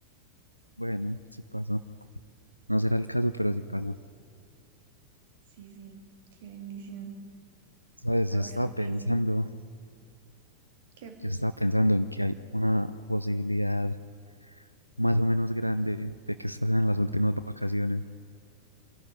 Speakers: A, on the left; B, on the right.
A: Bueno, sí pasa No será el caso, pero sí pasa
B: Sí, sí, qué bendición.
A: Sabes,
B: Ahora
A: yo estaba
B: oficio.
A: pensando,
B: Qué
A: yo estaba pensando en que hay una posibilidad más o menos grande de que estas sean las últimas vacaciones.